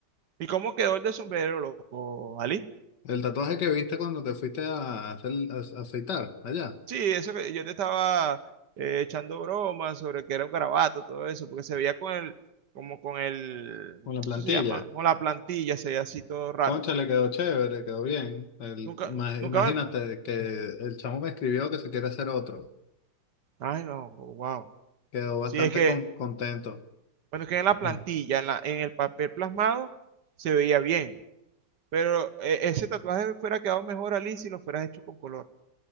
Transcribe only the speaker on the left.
El tatuaje que viste cuando te fuiste a, hacer, a- a afeitar allá,
con la plantilla.
Cónchale, quedó chévere, quedó bien. El-
ima-
imagínate
que el chamo me escribió que se quiere hacer otro.
Quedó bastante
con- contento.
Mm.